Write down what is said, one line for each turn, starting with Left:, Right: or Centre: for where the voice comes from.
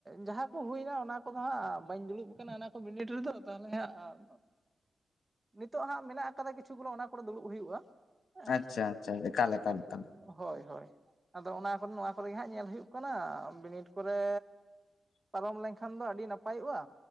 Right: ᱡᱟᱦᱟᱸ ᱠᱚ ᱦᱩᱭᱱᱟ ᱚᱱᱟ ᱠᱚᱫᱚ ᱦᱟᱸᱜ ᱵᱟᱹᱧ ᱫᱩᱲᱩᱵ ᱟᱠᱟᱱᱟ ᱚᱱᱟ ᱠᱚ ᱵᱤᱱᱤᱰ ᱨᱮᱫᱚ ᱛᱟᱞᱦᱮ ᱦᱟᱸᱜ ᱱᱤᱛᱚᱜ ᱦᱟᱸᱜ ᱢᱮᱱᱟᱜ ᱟᱠᱟᱫᱟ ᱠᱤᱪᱷᱩ ᱜᱩᱞᱳ ᱚᱱᱟ ᱠᱚᱨᱮ ᱫᱩᱲᱩᱵ ᱦᱩᱭᱩᱜᱼᱟ ᱦᱮᱸ
Left: ᱟᱪᱪᱷᱟ ᱼ ᱟᱪᱪᱷᱟ ᱮᱠᱟᱞ ᱮᱠᱟᱞ ᱮᱠᱟᱞ
Right: ᱦᱳᱭ ᱦᱳᱭ ᱟᱫᱚ ᱚᱱᱟ ᱠᱚ ᱱᱚᱣᱟ ᱠᱚᱨᱮᱜᱮ ᱦᱟᱸᱜ ᱧᱮᱞ ᱦᱩᱭᱩᱜ ᱠᱟᱱᱟ ᱵᱤᱱᱤᱰ ᱠᱚᱨᱮ ᱯᱟᱨᱚᱢ ᱞᱮᱱᱠᱷᱟᱱ ᱫᱚ ᱟᱹᱰᱤ ᱱᱟᱯᱟᱭᱚᱜᱼᱟ।